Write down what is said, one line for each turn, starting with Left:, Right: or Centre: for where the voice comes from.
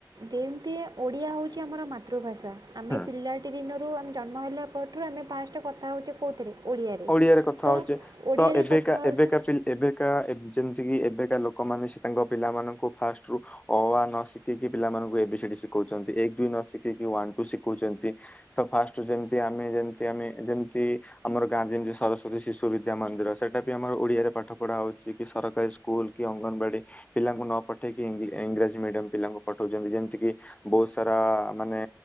Right: ଯେମିତିଆ ଓଡ଼ିଆ ହଉ ଚି ଆମର ମାତୃଭାଷା ଆମେ
Left: ହୁଁ
Right: ପିଲାଟି ଦିନରୁ ଆମେ ଜନ୍ମ ହେଲା ପରଠୁ ଆମେ ଫାର୍ଷ୍ଟ କଥା ହଉଛେ କଉଥିରେ? ଓଡ଼ିଆରେ।
Left: ଓଡିଆରେ କଥା
Right: ତ
Left: ହଉଚେ
Right: ଓଡ଼ିଆରେ
Left: ତ ଏବେକା
Right: କଥା ହେଉଛେ
Left: ଏବେକା ପି ଏବେକା ଏବ ଯେମିତିକି ଏବେକା ଲୋକମାନେ ସେ ତାଙ୍କ ପିଲାମାନଙ୍କୁ ଫାଷ୍ଟରୁୁ। ଅ ଆ ନ ଶିଖେଇକି ପିଲାମାନଙ୍କୁ ଏ ବି ସି ଡି ଶିଖଉଛନ୍ତି ଏକ ଦୁଇ ନ ଶିଖେଇକି ୱାନ ଟୁ ଶିଖଉଛନ୍ତି। ତ ଫାର୍ଷ୍ଟ ରୁ ଯେମିତି ଆମେ ଯେମତି ଆମେ ଯେମିତି ଆମର ଗାଁ ଯେମିତି ସରସ୍ୱତୀ ଶିଶୁ ବିଦ୍ୟା ମନ୍ଦିର ସେଇଟା ବି ଆମର ଓଡ଼ିଆରେ ପାଠପଢ଼ା ହଉଛି କି ସରକାରୀ ସ୍କୁଲ୍ କି ଅଙ୍ଗନବାଡ଼ି। ପିଲାଙ୍କୁ ନ ପଠେଇକି ଇ ଇଂରାଜୀ ମିଡିୟମ ପିଲାଙ୍କୁ ପଠଉଛନ୍ତି ଯେମିତିକି ବହୁତ ସାରା ମାନେ